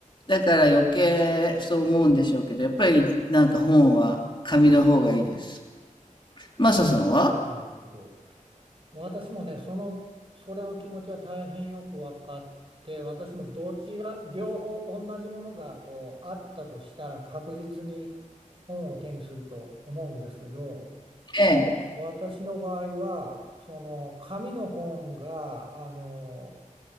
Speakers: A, on the left (about 35°); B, on the right (about 40°).
A: だから余計そう思うんでしょうけど、やっぱりなんか本は紙の方がいいです。マサさんは
B: なるほど。私もね、その、それの気持ちは大変よく分かって、私もどちら、両方同じものがこうあったとしたら確実に本を手にすると思うんですけど、
A: ええ、
B: 私の場合は、その紙の本が、あの、